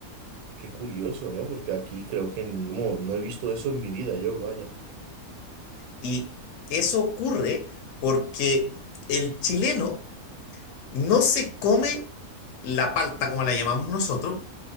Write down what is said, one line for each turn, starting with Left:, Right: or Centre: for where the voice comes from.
Right: Qué curioso, ¿no? Porque aquí creo que no, no he visto eso en mi vida yo, vaya.
Left: Y eso ocurre porque el chileno no se come la palta como la llamamos nosotros,